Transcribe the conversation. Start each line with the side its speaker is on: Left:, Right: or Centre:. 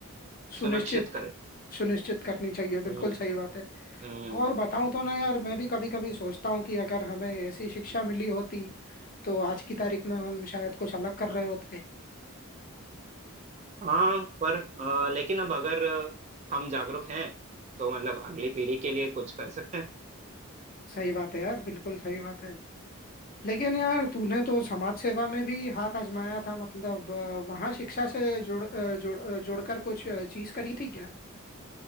Left: सुनिश्चित
Right: सुनिश्चित करे
Left: सुनिश्चित करनी चाहिए बिल्कुल
Right: हम्म
Left: सही बात है
Right: हम्म
Left: और बताऊं तो ना यार मैं भी कभी कभी सोचता हूँ कि अगर हमें ऐसी शिक्षा मिली होती तो आज की तारीख में हम शायद कुछ अलग कर रहे होते
Right: हाँ पर अ, लेकिन अब अगर हम जागरूक हैं तो मतलब अगली पीढ़ी के लिए कुछ कर सकते हैं
Left: सही बात है यार बिल्कुल सही बात है लेकिन यार तूने तो समाज सेवा में भी हाथ आजमाया था मतलब अ, वहाँ शिक्षा से जुड़ अ, जुड़ अ, जोड़कर कुछ चीज करी थी क्या